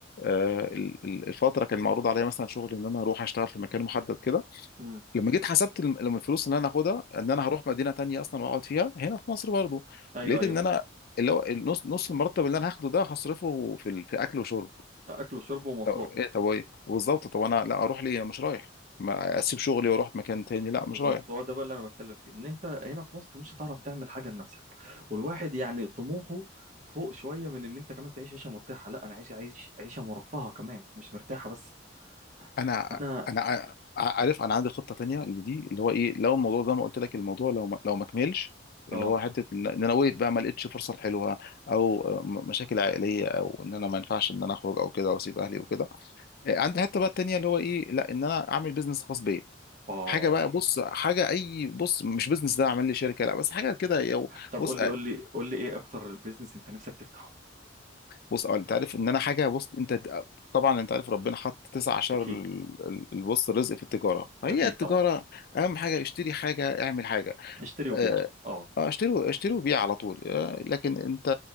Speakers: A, on the left (about 55°); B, on the right (about 40°).
A: آه، ال- ال- الفتره كان معروض عليا مثلا شغل ان انا اروح اشتغل في مكان محدد كده
B: امم
A: لما جيت حسبت الم- لما الفلوس اللي انا هاخدها ان انا هروح مدينه تانية اصلا واقعد فيها هنا في مصر برضو
B: ايوه
A: لقيت
B: ايوه
A: ان انا اللي هو النص نص المرتب اللي انا هاخده ده هصرفه في ال- في اكل وشرب
B: ده اكل وشرب ومواصلات
A: طب ايه طب ايه بالظبط طب انا لا اروح ليه انا مش رايح ما اسيب شغلي واروح مكان تاني لا
B: بالظبط
A: مش رايح
B: هو ده بقى اللي انا بتكلم فيه ان انت هنا في مصر مش هتعرف تعمل حاجه لنفسك والواحد يعني طموحه فوق شويه من ان انت كمان تعيش عيشه مرتاحه لا انا عايش عايش عيشه مرفهه كمان مش مرتاحه بس
A: انا
B: فانا
A: انا ع- عارف انا عندي خطه تانية لدي اللي هو ايه لو الموضوع زي ما قلت لك الموضوع لو ما لو ما كملش
B: اه
A: اللي هو حته ان إن انا وقفت بقى ما لقيتش فرصه حلوه او م- مشاكل عائليه او ان انا ما ينفعش ان انا اخرج او كده واسيب اهلي وكده آه، عندي حته بقى التانية اللي هو ايه لا ان انا اعمل بيزنس خاص بيا
B: اه
A: حاجه بقى بص حاجه اي بص مش بيزنس ده اعمل لي شركه لا بس حاجه كده يو-
B: طب
A: بص
B: قول لي قول لي قول لي ايه اكتر بيزنس انت نفسك تفتحه
A: بص اه انت عارف ان انا حاجه بص انت طبعا انت عارف ربنا حط تسع عشر
B: اكيد
A: ال- ال- البص رزق في التجاره هي
B: اكيد
A: التجاره
B: طبعا
A: اهم حاجه اشتري حاجه اعمل حاجه
B: اشتري وبيع
A: اه
B: اه
A: آه، اشتري اشتري وبيع على طول آه، لكن انت